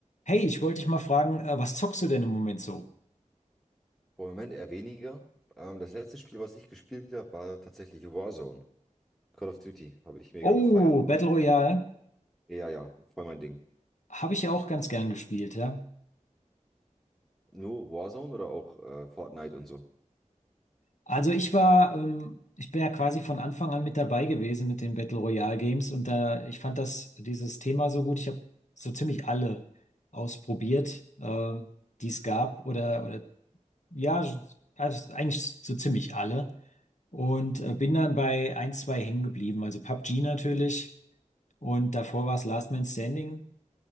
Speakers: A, on the left; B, in the centre.
A: Hey, ich wollte dich mal fragen, äh, was zockst du denn im Moment so?
B: Boah, Im Moment eher weniger. Ähm, das letzte Spiel, was ich gespielt habe, war tatsächlich Warzone. Call of Duty habe ich mega
A: Oh,
B: gefeiert.
A: Battle Royale
B: Ja, ja, voll mein Ding.
A: habe ich ja auch ganz gern gespielt, ja.
B: Nur Warzone oder auch äh, Fortnite und so?
A: Also ich war, ähm, ich bin ja quasi von Anfang an mit dabei gewesen mit den Battle Royale Games und da, ich fand das, dieses Thema so gut. Ich habe so ziemlich alle ausprobiert, äh, die es gab oder, oder ja, also eigentlich so ziemlich alle und äh, bin dann bei ein, zwei hängen geblieben. Also PUBG natürlich und davor war es Last Man Standing.